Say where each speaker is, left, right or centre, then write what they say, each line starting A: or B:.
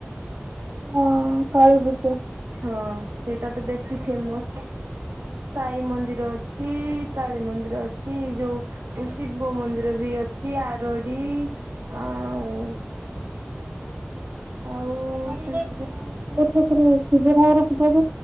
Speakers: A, on the right (about 40°); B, on the right (about 80°).
A: ହଁ କାଳିପୂଜା।
B: ହଁ ସେଇଟା ତ ବେଶୀ ଫେମସ ସାଇ ମନ୍ଦିର ଅଛି କାଳୀ ମନ୍ଦିର ଅଛି ଏ ଯୋଉ ଶିବ ମନ୍ଦିର ବି ଏଠି ଅଛି ଆରଡି ଆଉ ଆଉ
A: ଆରଡ଼ିରେ
B: ସେମିତିରେ
A: କେଉଁ <inaudible> ଠାକୁର ଶିବ